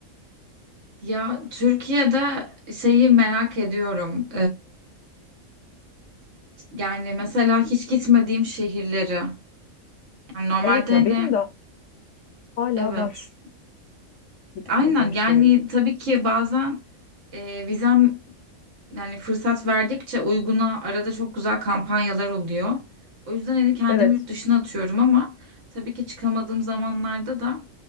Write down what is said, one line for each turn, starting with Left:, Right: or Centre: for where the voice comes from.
Right: Ya Türkiye'de şeyi merak ediyorum. Yani mesela hiç gitmediğim şehirleri. Yani normalde
Left: Evet ya
Right: hani
Left: benim de hala
Right: evet.
Left: var gitmediğim
Right: Aynen yani
Left: şehirler.
Right: tabii ki bazen e, vizem yani fırsat verdikçe uyguna arada çok güzel kampanyalar oluyor. O yüzden hani kendimi
Left: Evet
Right: yurt dışına atıyorum ama tabii ki çıkamadığım zamanlarda da